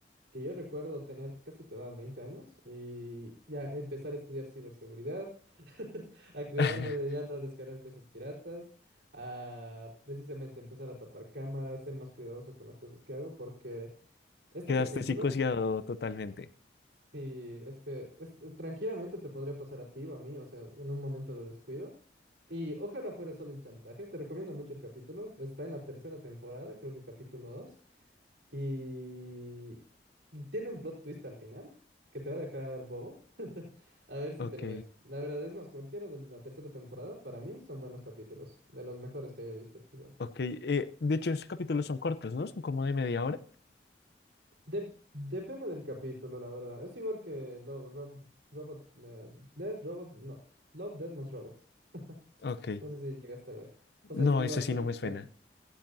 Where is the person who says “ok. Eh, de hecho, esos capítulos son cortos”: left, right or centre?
Left